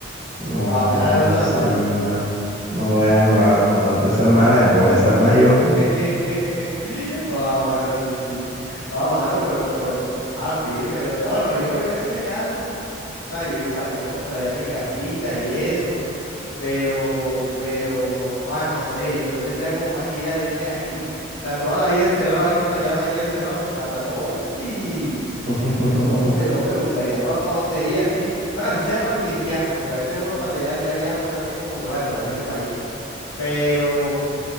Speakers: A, on the right; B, on the left.
A: No,
B: la vayas
A: joda,
B: a desarmar.
A: sí, mano. No, bueno, la- no tanto esa hermana, me puedo desarmar yo.
B: <laughs> Oh, a mano, sí, sí. No, a mano, pero, pero, ah, firme. Bueno, yo, yo en ese caso, o sea, yo igual, yo me compraría mi casita y eso. Pero, pero, ah, no sé, yo, yo tendría como más idea de irme de aquí. O sea, toda la vida encerrado aquí para quedarme aquí encerrado con plata. No, hombre.
A: <laughs>
B: No, hombre, no, me buscaría para dónde ir así. Bueno, así sea para turistear, porque a veces uno cuando ya, ya viaja, uno también como que, ojalá extraño mi país. Pero,